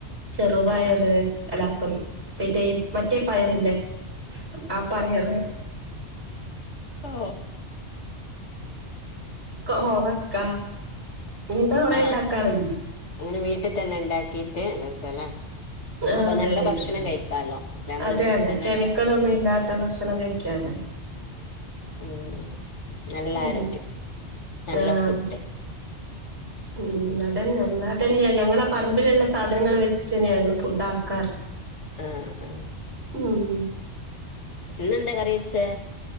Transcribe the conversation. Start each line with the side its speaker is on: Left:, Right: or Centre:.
Right: ചെറുപയറ്
Left: ആഹ്
Right: എല്ലാ <unintelligible> മറ്റേ മറ്റേ പയറില്ലേ, ആ പയറ്.
Left: ഓ.
Right: കോവക്ക ഇങ്ങനത്തെ കൊറെ
Left: ആഹ്
Right: ണ്ടാക്കാറുണ്ട്.
Left: ആഹ് അങ്ങനെ വീട്ടിൽ തന്നെ ഉണ്ടാക്കീട്ട് <unintelligible>
Right: ആ
Left: അപ്പൊ
Right: അതെ
Left: നല്ല
Right: വീട്ടിൽ
Left: ഭക്ഷണം
Right: തന്നെ
Left: കഴിക്കാല്ലോ. അല്ല നമ്മള്
Right: അതെയാണ്
Left: വീട്ടിൽ തന്നെ
Right: കെമിക്കലൊന്നും
Left: ഇണ്ടാക്കു
Right: ഇല്ലാത്ത ഭക്ഷണം കഴിക്കാലോ
Left: ഉം. നല്ല
Right: ഉം
Left: ആരോഗ്യം, നല്ല
Right: ആഹ്
Left: ഫുഡ്.
Right: ഉം അതന്നെ. നമ്മള്തന്ന്യാ ഞങ്ങള പറമ്പിലുള്ള സാധനങ്ങള് വെച്ചിട്ടന്ന്യാ ഞങ്ങള് ഫുഡ് ആക്കാറ്.
Left: ആഹ ആഹ
Right: ഉം
Left: ഇന്നെന്താ കറിവെച്ചേ?